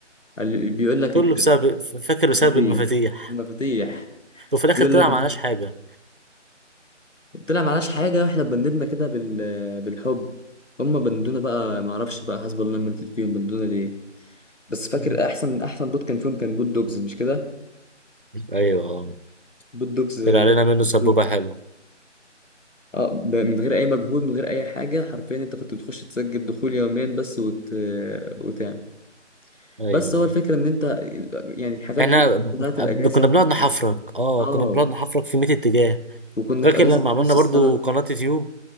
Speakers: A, on the left; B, on the right.
A: قال- بيقول لك
B: كله
A: الت-
B: بسبب فاكر
A: مفاتيح
B: بسبب المفاتيح
A: مفاتيح
B: وفي الاخر
A: بيقول
B: طلع
A: لك
B: معناش حاجه
A: طلع معناش حاجة احنا بندنا كده بال... بالحب هما بندونا بقى معرفش بقى حسب الله من فيهم بندونا ليه بس فاكر
B: مم.
A: احسن احسن بوت كان فيهم كان بوت دوجز مش كده
B: ايوه اه
A: بوت دوجز
B: طلع علينا
A: ده
B: منه
A: اسطوري
B: سبوبه حلوه
A: اه ب- من غير اي مجهود من غير اي حاجة حرفيا انت كنت بتخش تسجل دخول يوميا بس وت... وتعمل
B: ايوه
A: بس هو
B: ايوه
A: الفكرة ان انت ال- يعني الحاجات
B: احنا
A: دي
B: ب-
A: بتاعت الاجازة
B: كنا بنقعد نحفرك اه
A: اه
B: كنا بنقعد نحفرك في 100 اتجاه
A: وكنا
B: فاكر
A: في اجازة
B: لما عملنا
A: نص
B: برضو
A: السنة
B: قناه يوتيوب